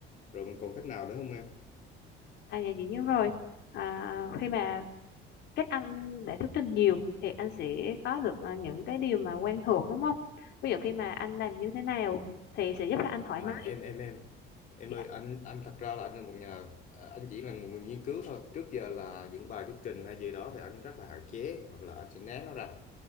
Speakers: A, on the left; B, on the left.
A: rồi mình còn cách nào nữa không em
B: à dạ dĩ nhiên rồi à, khi mà các anh đã thuyết trình nhiều thì anh sẽ có được à, những cái điều mà quen thuộc đúng không ví dụ khi mà anh làm như thế nào thì sẽ giúp cho anh thoải
A: à
B: mái
A: em em em em
B: Dạ.
A: ơi anh anh thật ra là anh là một nhà à, anh chỉ là một người nghiên cứu thôi trước giờ là những bài thuyết trình hay gì đó thì anh rất là hạn chế hoặc là anh sẽ né nó ra